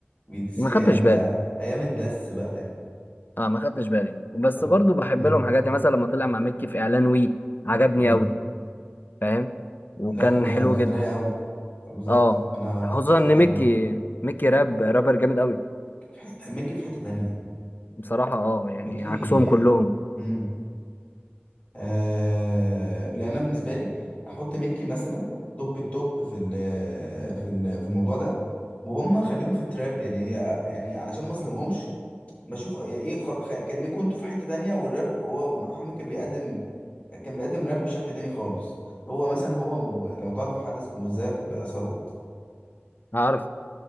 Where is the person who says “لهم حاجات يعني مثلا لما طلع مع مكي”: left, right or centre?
Left